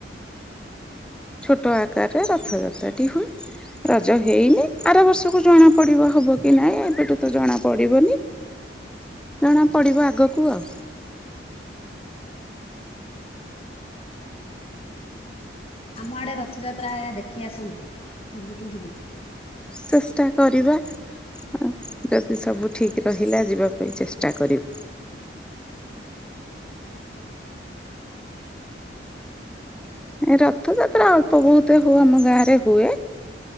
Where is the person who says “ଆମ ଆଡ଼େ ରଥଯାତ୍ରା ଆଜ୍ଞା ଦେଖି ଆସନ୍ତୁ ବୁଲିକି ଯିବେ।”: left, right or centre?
Left